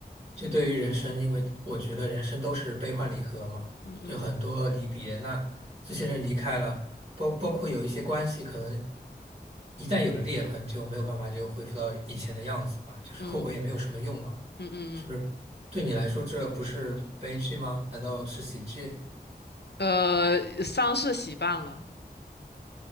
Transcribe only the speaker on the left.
嗯嗯
嗯嗯嗯
嗯，呃，丧事喜办了。